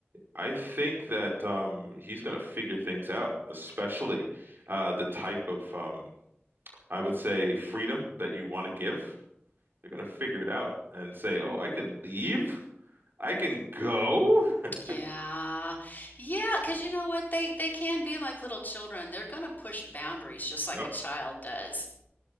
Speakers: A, on the right; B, on the left.
A: I think that um, he's going to figure things out, especially uh, the type of, um, I would say, freedom that you want to give. They're gonna figure it out and say, "Oh, I can leave. I can go." <laughs>
B: Yeah. yeah, because you know what? They they can be like little children. They're gonna push boundaries just
A: Yep.
B: like a child does.